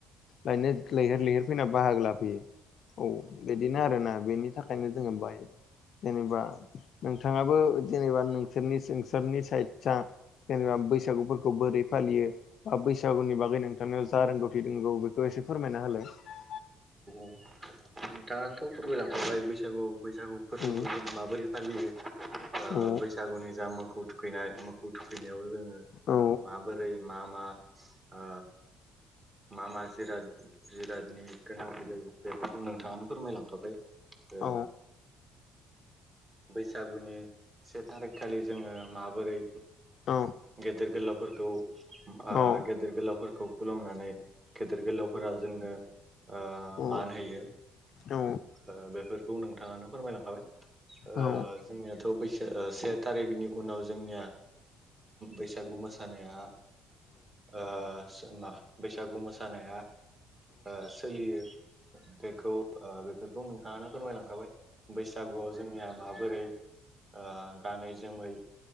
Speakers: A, on the left; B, on the right.
A: लायनो लैहोर लैहोर फैना बाहागो लाफैयो औ बिदिनो आरोना बेनि थाखायनो जोङो बायो। जेनेबा नोंथाङाबो जेनेबा नोंसोरनि नोंसोरनि साइदसा जेनेबा बैसागुफोरखौ बोरै फालियो बा बैसागुनि बागै नोंथाङा जा रोंगौथि दोंगौ बेखौ। एसे फोरमायना होलाय
B: <inaudible> आंथ' फोरमायलांखाबाय बैसागु बैसागु फोरबोखौ
A: औ
B: जों माबोरै फालियो। आ
A: औ
B: बैसागुनि जा मोखौ थुखैनाय मोखौ थुख खैनायाव जोङो
A: औ
B: माबोरै मा मा? ओ मा मा जिराद जिरादनि गोनांथि जायो बेफो रखौ नोंथाङानो फोरमायलांखाबाय ओ
A: औ
B: बैसागुनि से थारिख खालि जोङो माबोरै
A: औ
B: गेदेर गोलावफोरखौ आ
A: औ
B: गेदेर गोलावफोरखौ खुलुमनानै गेदेर गोलावफोरा जोंनो ओ
A: औ
B: मान होयो।
A: औ
B: ओ बेफोरखौ नोंथाङानो फोरमायलांखाबाय ओ
A: औ
B: जोंनियाथ' बैसो से थारिखनि उनाव जोंनिया बैसागु मोसानाया ओ मा बैसागु मोसानाया ओ सोलियो बेखौ ओ बेफोरखौ नोंथाङानो फोरमायलांखाबाय बैसागुआव जोंनिया माब बोरै आ गानै जोमै